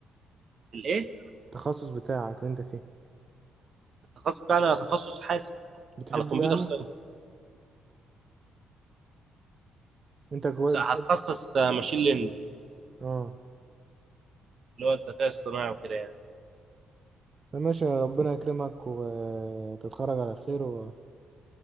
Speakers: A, on the right; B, on the right.
A: الايه
B: التخصص بتاعك اللي أنت فيه
A: التخصص بتاعي انا تخصص حاسب
B: بتحبه
A: انا كمبيوتر
B: يعني
A: ساينس
B: أنت كويس
A: هتخصص
B: بتحب
A: ماشين ليرنينج
B: أه
A: اللي هو الذكاء الصناعي وكده يعني
B: فماشي ربنا يكرمك وتتخرج على خير وتبقى